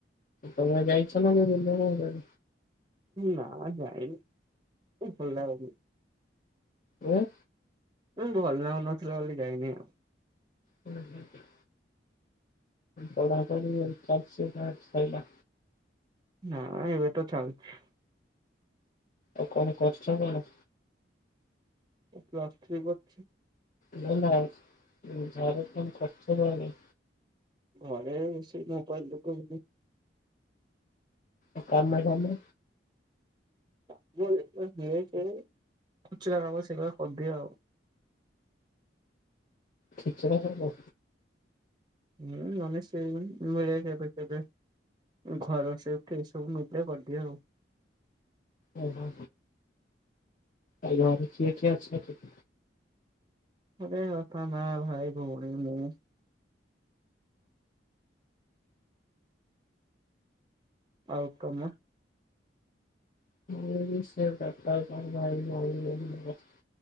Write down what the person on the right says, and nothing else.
ନା ଯାଇନି, ଭଲ ଲାଗୁନି।
ଭଲ ଲାଗୁନଥିଲା ବୋଲି ଯାଇନି ଆଉ।
ନାଁ ଏବେ ତ ଚାଲୁଛି।
ମୁଁ ପ୍ଲସ୍ ଥ୍ରୀ କରୁଛି।
ଘରେ ସେଇ ମୋବାଇଲ ଦେଖୁଥିଲି।
କାମ ଦେଖିବା ଲେଟରେ ଖୁଚୁରା କାମ ସେରା କରିଦିଏ ଆଉ।
ହୁଁ ନ ହେଲେ ସେଇ କେବେ କେବେ ଘର ସେଫ ଏ ସବୁ <unintelligible> କରିଦିଏ ଆଉ।
ଘରେ ବାପା ମା ଭାଇ ଭଉଣୀ ମୁଁ। ଆଉ ତମ